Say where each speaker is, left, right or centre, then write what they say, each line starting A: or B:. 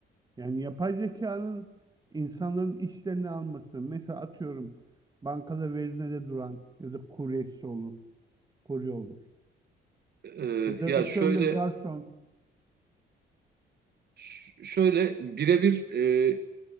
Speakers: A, on the right; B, on the right.
A: yani yapay zekanın insanların işlerini alması mesela atıyorum bankada veznede duran ya da kuryesi olur, kurye olur
B: E,
A: ya da
B: ya
A: restoranda
B: şöyle
A: garson.
B: ş- şöyle birebir e,